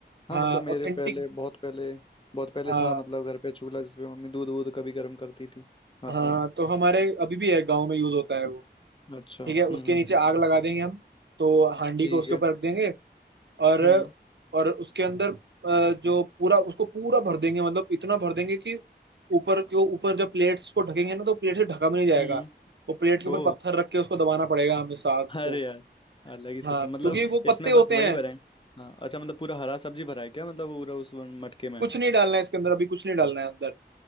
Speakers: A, on the left (about 30°); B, on the right (about 75°).
A: हाँ
B: हाँ
A: मतलब मेरे
B: ऑथेंटिक
A: पहले बहुत पहले बहुत पहले
B: हाँ
A: था मतलब घर पे चूल्हा जिसपे मम्मी दूध वूध कभी गर्म करती थी हाँ
B: हाँ तो हमारे अभी भी है गांव में यूज होता है वो
A: अच्छा
B: ठीक है
A: हम्म
B: उसके नीचे आग लगा देंगे हम तो हांडी
A: ठीक
B: को उसके
A: है
B: ऊपर रख देंगे और
A: हम्म
B: और उसके अंदर अ, जो पूरा उसको पूरा भर देंगे मतलब इतना भर देंगे कि ऊपर के ऊपर जब प्लेट्स को ढकेंगे ना तो प्लेट से ढका भी नहीं जाएगा
A: हम्म
B: वो प्लेट के ऊपर
A: ओ
B: पत्थर रख के उसको दबाना पड़ेगा हमें साग को
A: अरे यार अलग ही सिस्टम
B: हाँ
A: मतलब
B: क्योंकि वो पत्ते
A: इसमें
B: होते
A: बस वही
B: हैं
A: भरा है हाँ अच्छा मतलब पूरा हरा सब्जी भरा है क्या मतलब पूरा उस वन- मटके में
B: कुछ नहीं डालना है इसके अंदर अभी कुछ नहीं डालना है अंदर